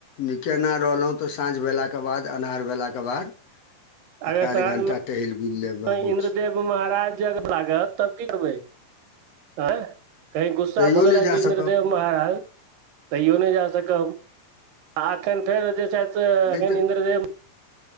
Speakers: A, on the left (about 60°); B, on the right (about 75°).
A: नीके ना रहलहुँ तॅं साँझ भेलाके बाद, अन्हार भेलाक के बाद एक
B: अगर
A: आध
B: साँझ
A: घंटा टहलि-बुलि लै <unintelligible>
B: इन्द्रदेव
A: छै।
B: महाराज जागऽ लागत तब की करबै, ऐं? कहीं गुस्सा
A: तैयो
B: भऽ गेलै
A: नहि जा
B: तँ इन्द्रदेव
A: सकब
B: महाराज तैयो नहि जा सकब आ एखन फेर जे छथि <unintelligible>
A: तैं
B: अखन
A: तऽ
B: इंद्रदेव